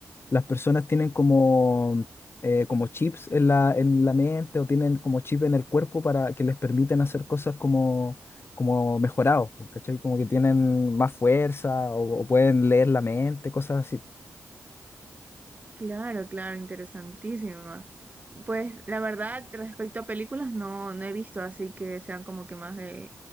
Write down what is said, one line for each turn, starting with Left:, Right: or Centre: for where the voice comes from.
Left: las personas tienen como, eh, como chips en la, en la mente o tienen como chip en el cuerpo para que les permiten hacer cosas como, como mejorados, po, ¿cachai? Como que tienen más fuerza o, o pueden leer la mente, cosas así.
Right: Claro, claro, interesantísima. Pues la verdad, respecto a películas, no, no he visto así que sean como que más de,